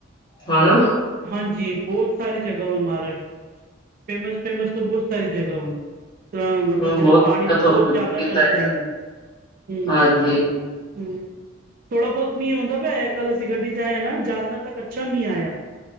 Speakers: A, on the left; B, on the right.
A: ਹਨਾ
B: ਬਹੁਤ ਹਾਂਜੀ ਬਹੁਤ ਸਾਰੀ ਜਗ੍ਹਾ ਮਹਾਰਾਸ਼ਟਰ ਵਿੱਚ ਫੇਮਸ- ਫੇਮਸ ਤੋਂ ਬਹੁਤ ਸਾਰੀ ਜਗਾਂ ਵਾ। ਹੂੰ ਮਤਲੱਬ
A: ਹੁਣ
B: ਜਿੱਧਰ
A: ਬਹੁਤ ਦਿੱਕਤ
B: ਪਾਣੀ ਦੀ
A: ਹੋ
B: ਬਹੁਤ
A: ਰਹੀ
B: ਜ਼ਿਆਦਾ
A: ਹੈ।
B: ਤੰਗ ਸਹੀ ਹੇ ਹੂੰ।
A: ਹਾਂਜੀ
B: ਹੂੰ ਥੋੜਾ ਬਹੁਤ ਮੀਂਹ ਹੁੰਦਾ ਪਿਆ ਕੱਲ੍ਹ ਅਸੀ ਗੱਡੀ 'ਚ ਆਏ ਹਾਂ ਨਾ ਜਾਲਨਾ ਤੱਕ ਅੱਛਾ ਮੀਂਹ ਆਇਆ।